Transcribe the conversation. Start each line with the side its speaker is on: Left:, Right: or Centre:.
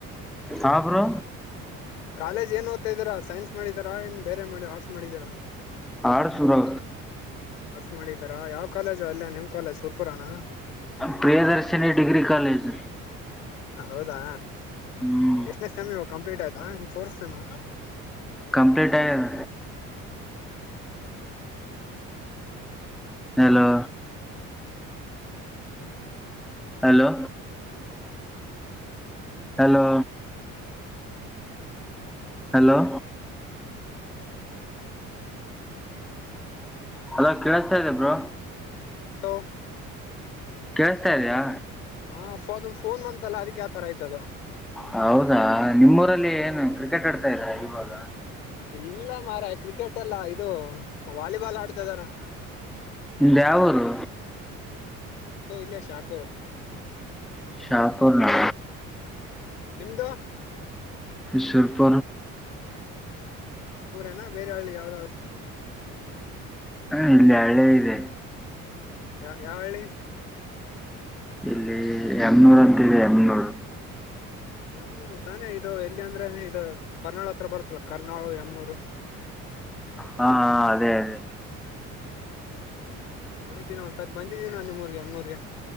Centre: ಹಾ ಬ್ರೋ
Left: ಕಾಲೇಜ್ ಏನ್ ಓ್ತತ್ತಇದೀರ ಸೈನ್ಸ್ ಮಾಡಿದರಾ ಏನ್ ಬೇರೆ ಮಾಡಿ ಆರ್ಟ್ಸ್ ಮಾಡಿದೀರಾ.
Centre: ಆರ್ಟ್ಸು ಬ್ರೊ
Left: ಆರ್ಟ್ಸ್ ಮಾಡಿದಾರಾ ಯಾವ್ ಕಾಲೇಜು ಅಲ್ಲೆ ನಿಮ್ ಕಾಲೇಜ್ ಸುರ್ಪುರನಾ.
Centre: Priyadarshini degree college.
Left: ಹೌದಾ
Centre: ಹ್ಮ್
Left: ಎಷ್ಟನೇ ಸೆಮ್ ಇವಾಗ್ ಕಂಪ್ಲೀಟ್ ಆಯ್ತಾ ಏನ್ ಫೋರ್ತ್ ಸೆಮ್ಮ.
Centre: ಕಂಪ್ಲೀಟ್ ಆಗ್ಯದ. Hello hello hello hello hello ಕೇಳಿಸ್ತಾ ಇದದೆಬ್ರು
Left: ನ
Centre: ಕೇಳಸ್ತಾ ಇದೆಯಾ
Left: ಹಾ ಫೋಮ್ ಫೋನ್ ಬಂತಲ್ಲ ಅದಕ್ಕೆ ಯ ಆತರ ಆಯ್ತದು
Centre: ಹೌದಾ ನಿಮ್ಮೂರಲ್ಲಿ ಏನು ಕ್ರಿಕೆಟ್ ಆಡ್ತಾ ಇದ್ರಾ ಇವಾಗ
Left: ಇಲ್ಲ ಮಾರ ಕ್ರಿಕೆಟ್ಲ್ಲ ಇದು ವಾಲಿಬಾಲ್ ಆಡ್ತ ಇದಾರೆ
Centre: ನಿಮ್ದ್ ಯಾವರು
Left: ನಮ್ದು ಇಲ್ಲ ಶಾಪುರ
Centre: ಶಾಪುರ ನ
Left: ನಿಮ್ದು
Centre: ಸರ್ಪ
Left: ಊರೇನಾ ಬೇರೆ ಹಳ್ಳಿ ಯಾವ್ದಾದ್ದರು
Centre: ಹ ಇಲ್ಲ ಹಳ್ಳಿ ಇದೆ
Left: ಯ ಯಾವಳ್ಳಿ
Centre: ಇಲ್ಲಿ ಎಮನೂರು ಅಂತಿದೆ ಎಮನೂರು
Left: ಎಮ್ನೂರು ತಾನೇ ಇದು ಎಲ್ಲಿ ಅಂದ್ರೆ ಇದು ಕರ್ನಾಳ ಹತ್ರ ಬರುತ್ತಲ್ಲ ಕರ್ನಾಳ ಎಮ್ನೂರು
Centre: ಹಾ ಅದೇ ಅದೇ
Left: ಅದೇನಾ ನೋಡಿದ್ದೀ ಒಂದ್ಸತ್ ಬಂದಿದ್ದೀನಾ ನಿಮ್ಮೂರ್ಗೆ ಎಮ್ಮನೂರ್ಗೆ